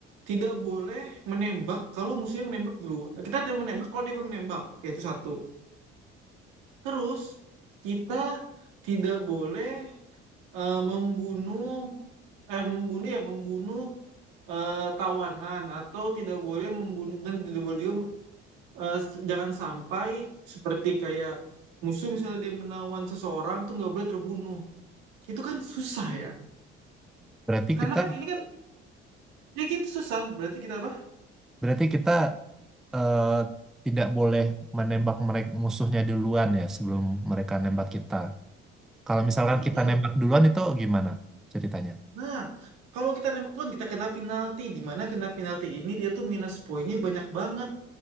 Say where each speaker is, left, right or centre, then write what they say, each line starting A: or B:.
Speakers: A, on the right (about 65°); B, in the centre.
A: tidak boleh menembak kalau musuhnya menembak dulu. Kita tidak menembak kalau dia belum menembak. Oke, itu satu. Terus kita tidak boleh eh, membunuh eh membunuh ya membunuh eh, tawanan atau tidak boleh membunuh dan tidak boleh juga eh, s- jangan sampai seperti kayak musuh misalnya dia menawan seseorang tuh nggak boleh terbunuh. Itu kan susah ya.
B: berarti
A: Karena
B: kita
A: kan ini kan Ya gitu susah. Berarti kita apa?
B: berarti kita eh, tidak boleh menembak mereka musuhnya duluan ya, sebelum mereka nembak kita. Kalau misalkan
A: Iya betul.
B: kita nembak duluan itu gimana ceritanya?
A: Nah, kalau kita nembak duluan kita kena penalti. Di mana kena penalti ini dia tuh minus poinnya banyak banget.